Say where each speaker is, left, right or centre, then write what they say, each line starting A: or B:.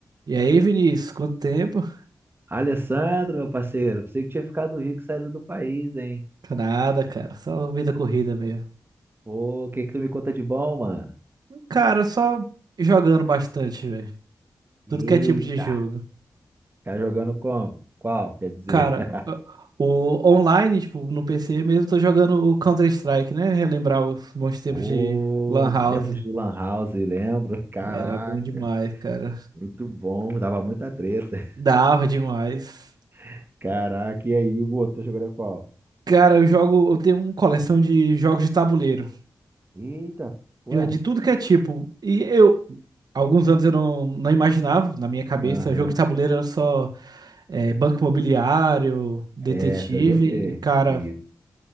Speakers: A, on the right (about 70°); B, on the right (about 30°).
A: E aí, Vinícius, quanto tempo?
B: Alessandro, meu parceiro, pensei que tinha ficado rico e saído do país, hein?
A: Nada, cara, só vida corrida mesmo.
B: Pô, o que que tu me conta de bom, mano?
A: Cara, só jogando bastante, velho.
B: Eita,
A: Tudo que é tipo de jogo.
B: tá jogando como? Qual? Quer dizer,
A: Cara,
B: <laughs>
A: o o online, tipo, no PC mesmo, tô jogando o Counter-Strike, né? Relembrar os bons tempos
B: pô,
A: de Lan
B: lembro
A: House.
B: de Lan House, lembro? Caraca,
A: Era bom demais, cara.
B: muito bom, dava muita treta.
A: Dava demais.
B: <laughs> Caraca, e aí, Hugo, tu jogando qual?
A: Cara, eu jogo, eu tenho uma coleção de jogos de tabuleiro.
B: Eita, ué?
A: Já de tudo que é tipo. E eu, alguns anos eu não, não imaginava, na minha cabeça,
B: Aham,
A: jogo de tabuleiro era só. é, banco imobiliário, detetive,
B: Essa eu joguei.
A: e, cara,
B: Isso.